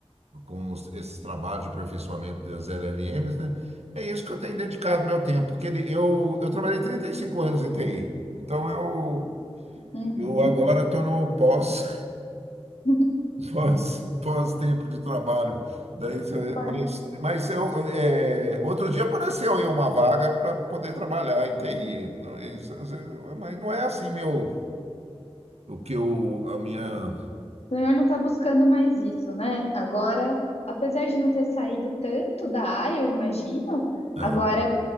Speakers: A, on the right; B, on the left.
A: com os- esses trabalhos de aperfeiçoamento das LLMs, né? É isso que eu tenho dedicado meu tempo, porque ele- eu, eu trabalhei 35 anos em TI, então eu,
B: uhum.
A: eu agora estou no pós
B: <laughs>
A: Pós, <laughs> pós-tempo de trabalho. Daí, você-
B: Mas
A: mas mas eu, é, outro dia apareceu aí uma vaga para poder trabalhar em TI. Não é isso, às vezes, Mas não é assim meu, o que eu, a minha.
B: o senhor não está buscando mais isso, né? Agora, apesar de não ter saído tanto da área, eu imagino,
A: É,
B: agora